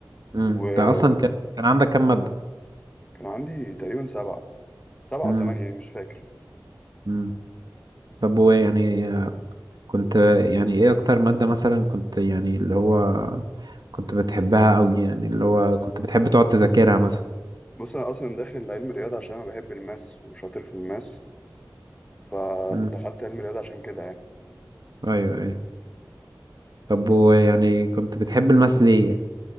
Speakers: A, on the right (about 65°); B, on the left (about 15°).
A: امم
B: وكان
A: انت اصلا كان كان عندك كام ماده
B: عندي تقريبا سبعة سبعة
A: امم
B: وتمانية يعني مش فاكر
A: امم طب وايه يعني كنت يعني ايه اكتر مادة مثلا كنت يعني اللي هو كنت بتحبها قوي يعني اللي هو كنت بتحب تقعد تذاكرها مثلا
B: بص أنا أصلا داخل علم رياضة عشان أنا بحب الماس وشاطر في الماس فدخلت
A: مم.
B: علم رياضة عشان كده يعني
A: ايوه ايوه طب ويعني كنت بتحب الماس ليه يعني